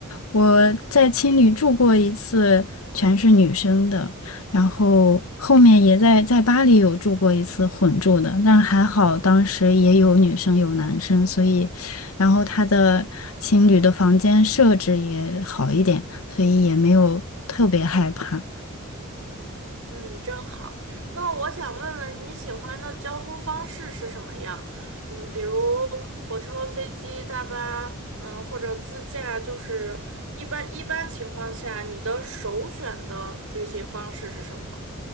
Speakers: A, on the left; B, on the right.
A: 我在青旅住过一次，全是女生的，然后后面也在在巴黎有住过一次混住的，但还好当时也有女生有男生，所以，然后他的青旅的房间设置也好一点，所以也没有特别害怕。
B: 嗯，真好。那我想问问你喜欢的交通方式是什么样？嗯，比如火车、飞机、大巴，嗯，或者自驾，就是一般一般情况下，你的首选的旅行方式是什么？